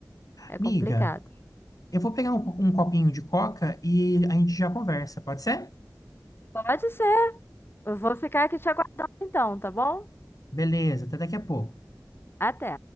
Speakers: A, on the left; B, on the left.
A: é
B: Amiga,
A: complicado.
B: eu vou pegar um, um copinho de coca e a gente já conversa, pode ser?
A: Pode ser, eu vou ficar aqui te aguardando então, tá bom?
B: Beleza, até daqui a pouco.
A: Até.